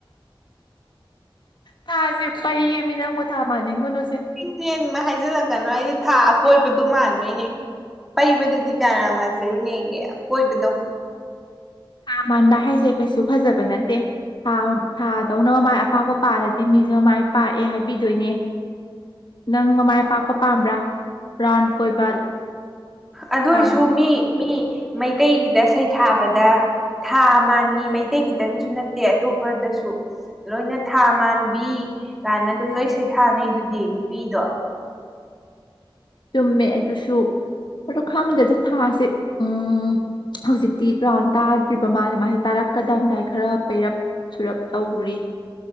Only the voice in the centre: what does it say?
ꯏ ꯅꯦꯟꯃ ꯍꯥꯢꯖꯤꯜꯂꯛꯀꯅꯣ ꯑꯩꯗꯤ ꯊꯥ ꯑꯀꯣꯢꯕꯗꯨ ꯃꯥꯟꯕꯩꯅꯦ ꯄꯩꯕꯗꯨꯗꯤ ꯀꯅꯥ ꯃꯥꯟꯖꯔꯨꯅꯦꯒꯦ ꯑꯀꯣꯢꯕꯗꯣ
ꯑꯗꯨ
ꯑꯣꯏꯁꯨ ꯃꯤ ꯃꯤ ꯃꯩꯇꯩꯒꯤꯗ ꯁꯩꯊꯥꯕꯗ ꯊꯥ ꯃꯥꯟꯕꯤ ꯃꯩꯇꯩ ꯈꯤꯇꯪꯁꯨ ꯅꯠꯇꯦ ꯑꯇꯣꯞꯄꯗꯁꯨ ꯂꯣꯏꯅ ꯊꯥ ꯃꯥꯟꯕꯤ ꯀꯥꯏꯅ ꯑꯗꯨꯝ ꯂꯣꯏ ꯁꯩꯊꯥꯅꯩꯗꯨꯗꯤ ꯅꯨꯄꯤꯗꯣ